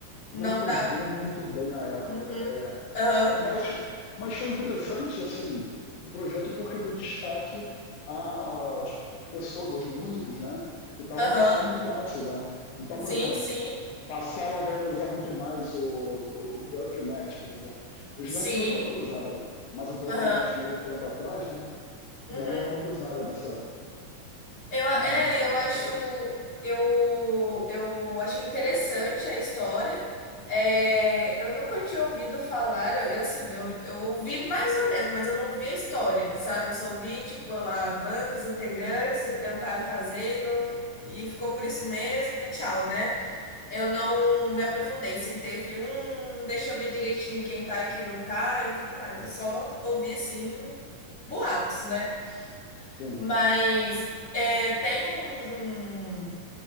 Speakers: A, on the left; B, on the left.
A: não
B: Não
A: pegou
B: dá.
A: muito bem na época.
B: Uhum,
A: É,
B: aham,
A: mas, mas foi interessante assim o projeto porque deu destaque às pessoas, aos músicos, né, que estavam
B: aham.
A: na sombra do Axel, né? Então,
B: Sim,
A: por exemplo,
B: sim,
A: passaram a valorizar muito mais o, o Duff Match, por exemplo. O Slash
B: sim.
A: sempre foi valorizado, né? Mas o Duff
B: Aham,
A: Match meio ficavam para trás, né? Deram
B: uhum.
A: uma valorizada nessa,
B: Eu, a-
A: né,
B: é,
A: nessa
B: eu acho,
A: época.
B: eu, eu achei interessante a história. É, eu nunca tinha ouvido falar, eu, eu, assim, eu, eu ouvi mais ou menos, mas eu não ouvi a história, sabe? Eu só ouvi, tipo, lá, bandas, integrantes e tentaram fazer e não, e ficou por isso mesmo e tchau, né? Eu não me aprofundei, sentei e falei, hum, deixa eu ver direitinho quem tá e quem não tá e tudo mais. Eu só ouvi, assim, boatos, né?
A: Sim.
B: Mas é, tem um, um-